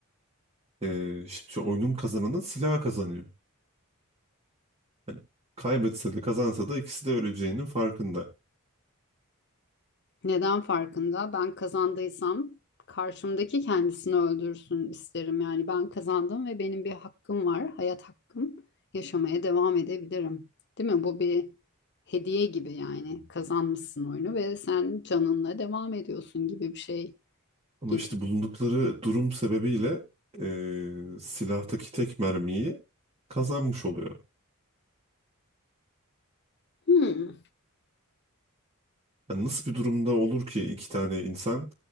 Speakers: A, on the right (about 25°); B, on the left (about 50°).
A: e, şimdi şu oyunun kazananı silah kazanıyor. Yani kaybetse de kazansa da ikisi de öleceğinin farkında.
B: Neden farkında? Ben kazandıysam karşımdaki kendisini öldürsün isterim. Yani ben kazandım ve benim bir hakkım var, hayat hakkım. Yaşamaya devam edebilirim. Değil mi? Bu bir hediye gibi yani. Kazanmışsın oyunu ve sen canınla devam ediyorsun gibi bir şey
A: Ama
B: gelir.
A: işte bulundukları durum sebebiyle e, silahtaki tek mermiyi kazanmış oluyor.
B: Hmm,
A: Yani nasıl bir durumda olur ki iki tane insan